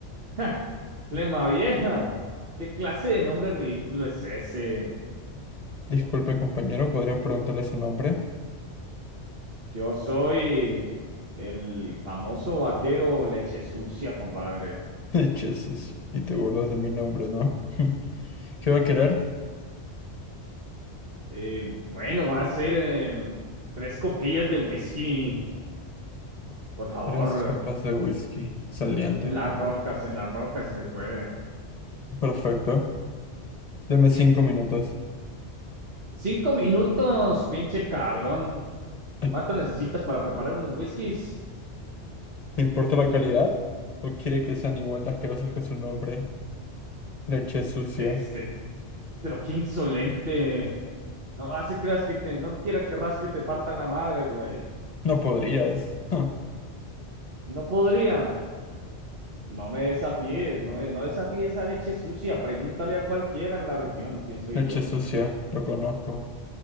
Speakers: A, on the right (about 60°); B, on the left (about 40°).
A: ¡Ja! Flema vieja, ¿qué clase de nombre ridículo es ese?
B: Disculpe, compañero, ¿podría preguntarle su nombre?
A: Yo soy el famoso vaquero leche sucia, compadre.
B: <laughs> Eche sucio, y te burlas de mi nombre, ¿no? ¿Qué va a querer?
A: Eh, bueno, va a ser eh, tres copillas de whisky, por favor,
B: Tres copas de whisky, saliendo.
A: en las rocas, en las rocas, si se puede.
B: Perfecto, deme cinco minutos.
A: Cinco minutos, pinche cabrón.
B: ¿Le
A: ¿Cuánto necesitas para preparar unos whiskies?
B: importa la calidad? ¿O quiere que sean igual de asquerosos que su nombre? Leche sucia.
A: Este, pero qué insolente. No así creas que te, no quiera querrás que te parta la madre, güey.
B: No podrías. <laughs> Ja,
A: No podría. No me desafíes, no, eh, no desafíes a leche sucia. Pregúntale a cualquiera en la región quién soy
B: Leche
A: yo.
B: sucia, lo conozco.